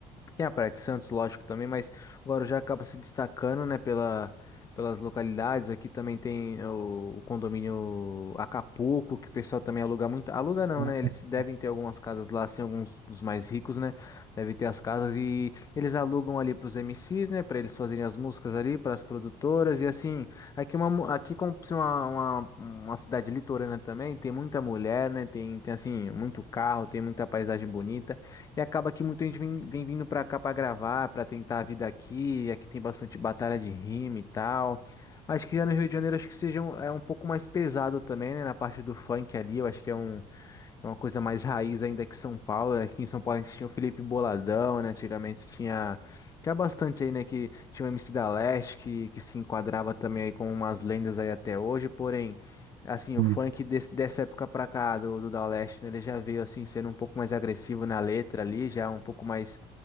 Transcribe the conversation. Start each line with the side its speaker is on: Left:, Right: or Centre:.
Left: tem a Praia de Santos, lógico, também, mas o Guarujá acaba se destacando, né, pela, pelas localidades. Aqui também tem o, o condomínio Acapulco, que o pessoal também aluga muito. Aluga não,
Right: O-
Left: né? Eles
Right: o-
Left: devem ter algumas casas lá, assim, alguns dos mais ricos, né? Devem ter as casas e eles alugam ali para os MCs, né? Para eles fazerem as músicas ali, para as produtoras. E assim, aqui, uma, mu- aqui como se uma, uma, uma cidade litorânea também, tem muita mulher, né? Tem, tem assim, muito carro, tem muita paisagem bonita. E acaba que muita gente vem, vem vindo pra cá pra gravar, pra tentar a vida aqui. Aqui tem bastante batalha de rima e tal. Acho que já no Rio de Janeiro acho que seja um, é um pouco mais pesado também, né? Na parte do funk ali, eu acho que é um, é uma coisa mais raiz ainda que São Paulo. né? Aqui em São Paulo a gente tinha o Felipe Boladão, né? Antigamente tinha. Tinha bastante aí, né? Que tinha o MC da Leste, que, que se enquadrava também aí com umas lendas aí até hoje. Porém, assim, o
Right: o-
Left: funk desse- dessa época pra cá, do, do da Leste, né? Ele já veio, assim, sendo um pouco mais agressivo na letra ali, já um pouco mais